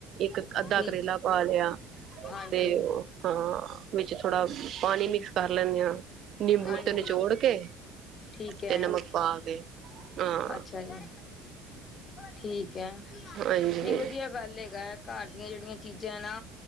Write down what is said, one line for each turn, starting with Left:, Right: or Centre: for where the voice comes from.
Right: ਇੱਕ ਅੱਧਾ
Left: ਠੀਕ
Right: ਕਰੇਲਾ ਪਾ ਲਿਆ
Left: ਹਾਂਜੀ
Right: ਤੇ ਹਾਂ ਵਿੱਚ ਥੋੜਾ ਪਾਣੀ ਮਿਕਸ ਕਰ ਲੈਂਨੇ ਹਾਂ। ਨਿੰਬੂ
Left: ਹਾਂਜੀ
Right: ਤੇ ਨਿਚੋੜ ਕੇ
Left: ਠੀਕ ਹੈ
Right: ਤੇ ਨਮਕ ਪਾ ਕੇ ਹਾਂ
Left: ਅੱਛਾ ਜੀ, ਠੀਕ ਹੈ
Right: ਹਾਂਜੀ
Left: ।ਨਹੀਂ ਵਧੀਆ ਗੱਲ ਹੈਗੈ। ਘਰ ਦੀਆਂ ਜੇੜੀਆਂ ਚੀਜ਼ਾਂ ਨਾ